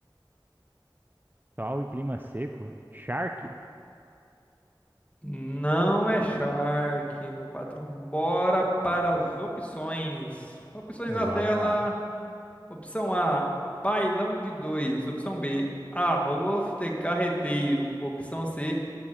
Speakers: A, on the right (about 25°); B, on the left (about 15°).
A: Sol e clima seco. charque.
B: Não é shark, meu patrão. Bora para as opções. Opções
A: Vamos
B: na tela.
A: lá.
B: Opção A, bailão de dois. Opção B, arroz de carreteiro. Opção C,